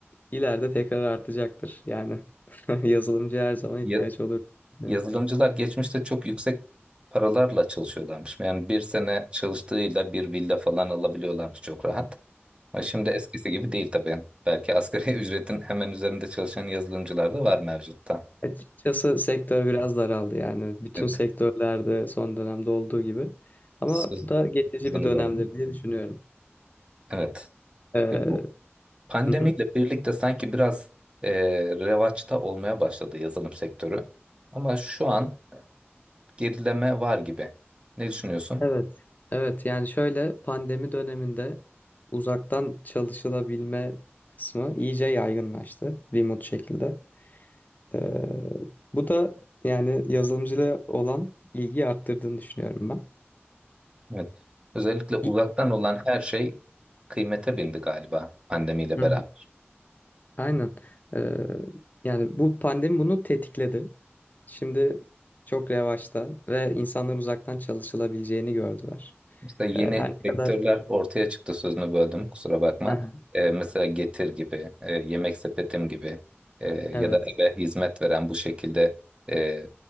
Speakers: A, on the left; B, on the right.
A: ileride tekrar artacaktır. Yani <laughs> yazılımcı her zaman ihtiyaç
B: Ya-
A: olur. düşünüyorum.
B: yazılımcılar geçmişte çok yüksek paralarla çalışıyorlarmış. Yani bir sene çalıştığıyla bir villa falan alabiliyorlarmış çok rahat. Ha, Şimdi eskisi gibi değil tabii. Belki asgari <laughs> ücretin hemen üzerinde çalışan yazılımcılar da var mevcutta.
A: Açıkçası sektör biraz daraldı yani. Bütün
B: Evet.
A: sektörlerde son dönemde olduğu gibi. Ama
B: Söz,
A: bu da geçici
B: sözünü
A: bir dönemdir
B: böldüm.
A: diye düşünüyorum.
B: Evet.
A: Ee,
B: Ya bu pandemiyle
A: hı hı.
B: birlikte sanki biraz e, revaçta olmaya başladı yazılım sektörü. Ama şu an gerileme var gibi. Ne düşünüyorsun?
A: Evet. Evet yani şöyle pandemi döneminde uzaktan çalışılabilme kısmı iyice yaygınlaştı remote şekilde. Ee, bu da yani yazılımcılığa olan ilgiyi arttırdığını düşünüyorum ben.
B: Evet. Özellikle uzaktan
A: İ-
B: olan her şey kıymete bindi galiba pandemiyle
A: Hı
B: beraber.
A: hı. Aynen. Ee, yani bu pandemi bunu tetikledi. Şimdi çok revaçta ve insanlar uzaktan çalışılabileceğini gördüler.
B: Mesela yeni
A: Ee, Her ne
B: sektörler
A: kadar
B: ortaya çıktı sözünü böldüm kusura bakma.
A: Hı hı.
B: Ee, mesela Getir gibi, e, Yemek Sepetim gibi e, ya
A: evet,
B: da eve hizmet veren bu şekilde e,